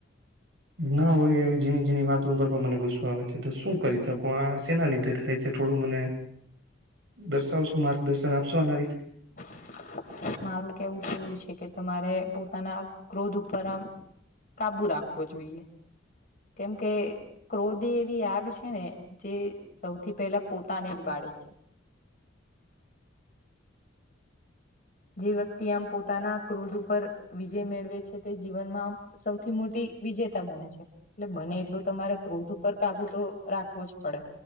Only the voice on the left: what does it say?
<inaudible> મારું કેવું એવું છે કે તમારે પોતાના ક્રોધ ઉપર આમ કાબુ રાખવો જોઈએ. કેમકે ક્રોધે એવી આગ છે ને જે સૌથી પહેલા પોતાની જ બાત બાળે છે. જે વ્યક્તિ આમ પોતાના ક્રોધ ઉપર વિજય મેળવે છે તે જીવનમાં સૌથી મોટી વિજેતા જેતા બને છે, એટલે બને એટલું તમારે ક્રોધ ઉપર કાબુ તો રાખવો જ પડે.